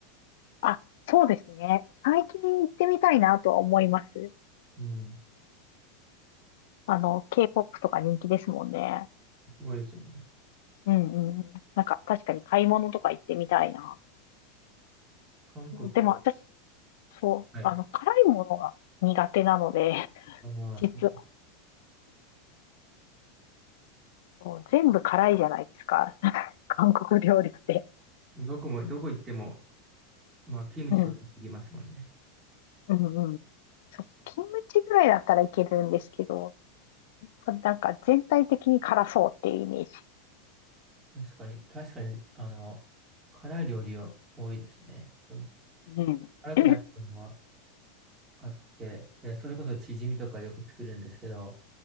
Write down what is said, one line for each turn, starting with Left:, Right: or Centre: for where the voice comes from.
Left: あ、そうですね。最近行ってみたいなとは思います。
Right: うん、
Left: あの、K-POP とか人気ですもんね。
Right: すごいですよね。
Left: うんうん。なんか確かに買い物とか行ってみたいな。
Right: 韓国を、
Left: そうでも私、そう、
Right: はい。
Left: あの、辛いものが苦手なので、
Right: ああ、
Left: <laughs> 実は、
Right: そ
Left: そう全部辛いじゃないですか。<laughs> 韓国料理って。
Right: う。どこも、どこ行っても、まあ、キムチとか出てきますもんね。
Left: うん。うんうん。そう、キムチぐらいだったらいけるんですけど、なんか全体的に辛そうっていうイメージ。
Right: 確かに、確かに、あの、辛い料理は多いですね。でも、
Left: うん。
Right: 辛くないものは
Left: <laughs>
Right: あって、で、それこそチヂミとかよく作るんですけど、